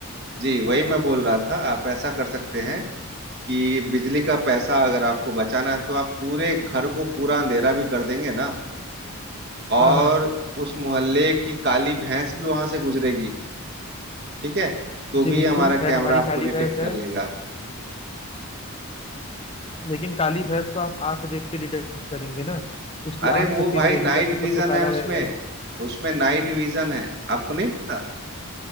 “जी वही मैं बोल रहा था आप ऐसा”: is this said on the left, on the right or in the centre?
Right